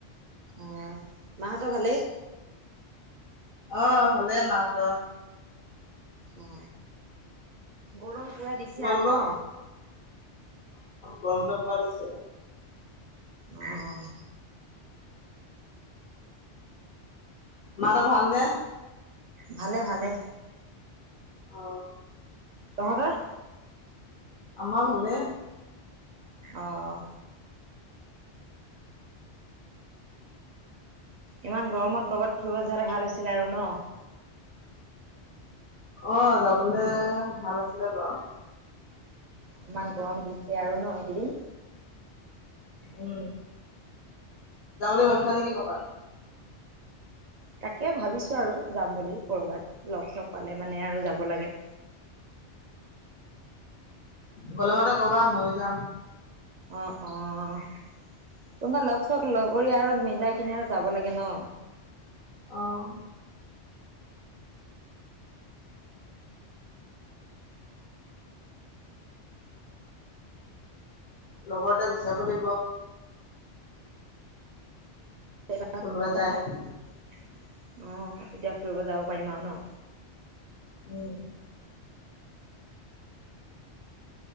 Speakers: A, on the right; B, on the left.
A: অ মাহতৰ ভালেই
B: অ ভালেই মাহ ত
A: অ গৰম পুৰা দিছে
B: তোমালোকৰ?
A: আৰু ন
B: গমন্ত পোৱা দিছে
A: আহ
B: মাৰ ভাল নে
A: ভালে ভালে
B: আহ
A: তহত
B: আমাৰ ভালে
A: আহঁ ইমান গৰমত কৰ'বাত ফুৰিব য হলে ভাল হৈছিলে আৰু ন
B: অ যাবলে ভাল আছিলে বাৰু
A: ইমান গৰম দিছে আৰু ন এইকেইদিন
B: উম যাম বুলি ভাবিছা নেকি কবাত
A: তাকে ভাবিছো আৰু যাম বুলি কৰ'বাত লগ চ পালে মানে আৰু যাব লাগে
B: গলমতে, কবা ময়ো যাম।
A: অ', অ', কোনোবা লগত লগৰ আৰু মিলাই, কিনে আৰু যাব লাগে ন।
B: অ', লগৰ এটা বিচাৰিব লাগিব।
A: <unintelligible>
B: কোনোবা যায়
A: অ',
B: নেকি
A: তেতিয়া ফুৰিব যাব পাৰিম আৰু ন।
B: উম',